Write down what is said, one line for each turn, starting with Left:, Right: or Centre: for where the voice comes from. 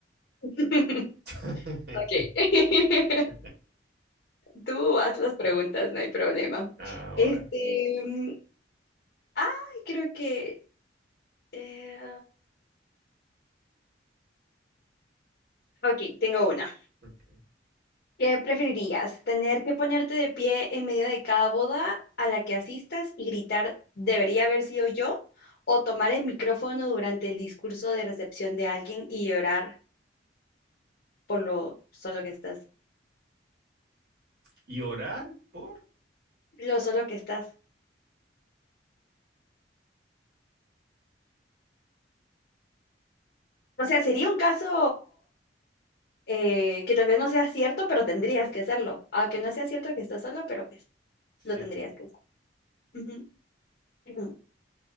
Left: <laughs>
Right: <laughs>
Left: Ok. <laughs> Tú haz las preguntas, no hay problema.
Right: Ah,
Left: Este,
Right: vale.
Left: mm, ay, creo que... eh, ok, tengo una.
Right: ok.
Left: ¿Qué preferirías? ¿Tener que ponerte de pie en medio de cada boda a la que asistas y gritar, debería haber sido yo? ¿O tomar el micrófono durante el discurso de recepción de alguien y llorar por lo solo que estás?
Right: ¿Y orar por?
Left: lo solo que estás. O sea, sería un caso eh, que tal vez no sea cierto, pero tendrías que hacerlo. Aunque no sea cierto que estás solo, pero pues
Right: Sí.
Left: lo tendrías que hacer. Ujú. Ujú.